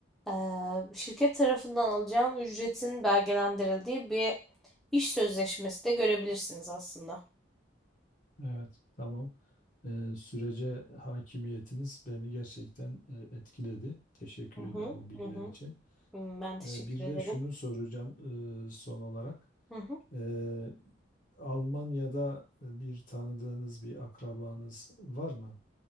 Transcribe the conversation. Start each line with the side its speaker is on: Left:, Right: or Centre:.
Centre: Eee, şirket tarafından alacağım ücretin belgelendirildiği bir iş sözleşmesi de görebilirsiniz aslında.
Left: Evet, tamam. Ee, sürece hakimiyetiniz beni gerçekten e, etkiledi. Teşekkür
Centre: Hı hı,
Left: ederim bu bilgiler
Centre: hı hı.
Left: için.
Centre: Hmm, Ben teşekkür
Left: Ee, bir
Centre: ederim.
Left: de şunu soracağım e, son olarak.
Centre: Hı hı.
Left: Ee, Almanya'da bir tanıdığınız, bir akrabanız var mı?